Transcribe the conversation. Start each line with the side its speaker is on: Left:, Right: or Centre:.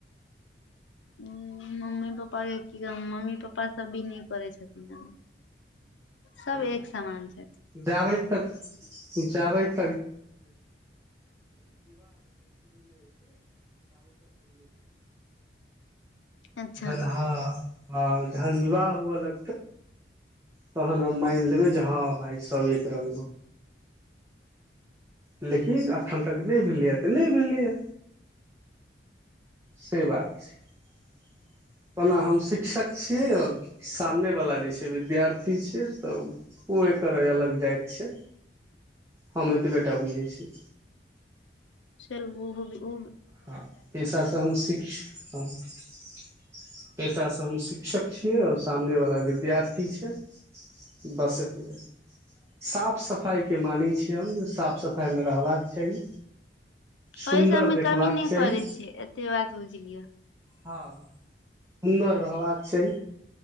Left: ह मम्मी पप्पाके की कह मम्मी पप्पा सभ भी नहि करै छथिन। सब
Right: ओ
Left: एक समान छथि
Right: जाबै त जाबै। <inaudible>
Left: अच्छा
Right: जे हँ ह जहन विवाह। ल तन म लेबै जे हँ भ सब एक र। लेकिन एखन तक नहि भेलैए तऽ नहि भेलैए से बात छै। ओना हम शिक्षक छीियै आओर। सामने वाला जे छै विद्यार्थी छै तऽ ओ एकर अलग जाति छै हम एतबे। टा बुझै छी।
Left: सेल ओहोी ओ।
Right: हँ पसाँ हम शिक्ष। <unintelligible> ऐसाा हम सिख। शिक्षक छियै आओर सामने वला विद्यार्थी छै बस एतबे साफ सफाइके मानै छियै हम साफ सफाइमे रहबाक चाही। सुन्दर
Left: ओहि सबमे
Right: देखबाक
Left: कमी नहि।
Right: चाही
Left: कर छी एतेके बात ह। <inaudible>
Right: हँ सुन्दर रहबाक छै